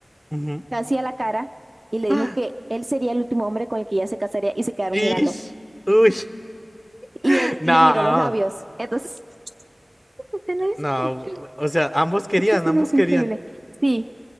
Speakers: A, in the centre; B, on the right (about 40°).
A: ujú.
B: casi a la cara y le
A: ¡Ah!
B: dijo que él sería el último hombre con el que ella se casaría y se quedaron
A: Ish,
B: mirando.
A: Uy.
B: Y
A: <laughs>
B: él
A: No,
B: le miró los labios. Entonces, <laughs> esa escena es
A: no.
B: increíble.
A: O sea, ambos querían,
B: Esa escena
A: ambos
B: es increíble.
A: querían.
B: Sí.